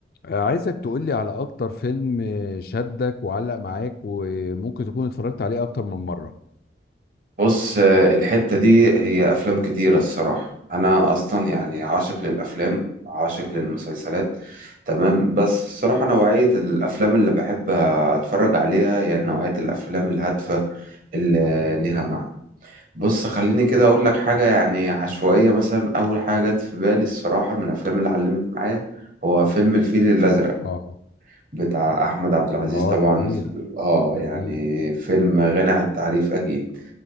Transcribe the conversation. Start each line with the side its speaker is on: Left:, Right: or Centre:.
Left: آه، عايزك تقولي على اكتر فيلم آه، شدك وعلق معاك وممكن تكون اتفرجت عليه اكتر من مرة
Right: بص آه، الحتة دي هي أفلام كتيرة الصراحة أنا أصلا يعني عاشق للأفلام عاشق للمسلسلات تمام بس الصراحة نوعية الأفلام اللي بحب أتفرج عليها هي نوعية الأفلام الهادفة اللي ليها معنى بص خليني كده أقول لك حاجة يعني عشوائية مثلا أول حاجة جت في بالي الصراحة من الأفلام اللي علمت معايا هو فيلم الفيل الأزرق
Left: اه
Right: بتاع أحمد عبد العزيز
Left: اه
Right: طبعا
Left: جميل
Right: آه
Left: جميل
Right: يعني فيلم غني عن التعريف أكيد